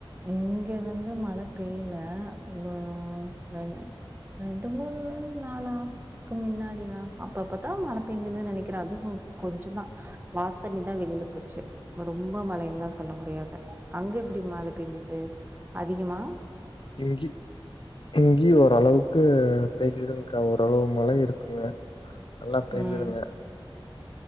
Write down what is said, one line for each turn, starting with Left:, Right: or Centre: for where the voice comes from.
Right: இங்க வந்து மழ பெய்ல ‌இங் கோ பெய்ல ரெண்டு மூன்னு நாளா க்கு மின்னாடியா அப் அப்பதா மழ பெஞ்சுது நெனைக்கிற அது கொ கொஞ்சதா வாஸ் தண்ணிதா வெளில போச்சு ரொம்ப மழைல்லா சொல்ல முடியாது அங்க எப்டி மா பேஞ்சுது அதிகமா
Left: இங்கி இங்கியூ ஓரளவுக்கு அ பேஞ்சிதுங்க ஓரளவு மழ இருக்குங்க நல்லா பேஞ்சுதுங்க
Right: ம்